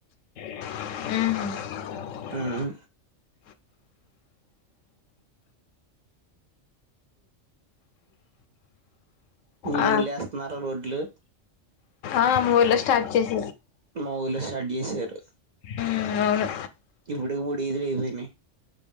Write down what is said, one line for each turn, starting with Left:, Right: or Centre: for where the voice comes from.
Left: మ్మ్ <inaudible>
Right: మ్మ్ మీ
Left: ఆ
Right: ఊరిలో వేస్తున్నారు రోడ్ లు
Left: ఆ మూర్లో స్టార్ట్ చేస
Right: మా ఊర్లో స్టార్ట్ చేశారు
Left: ఉమ్ అవును
Right: ఇప్పుడు మూడు విదిలిపోయినాయి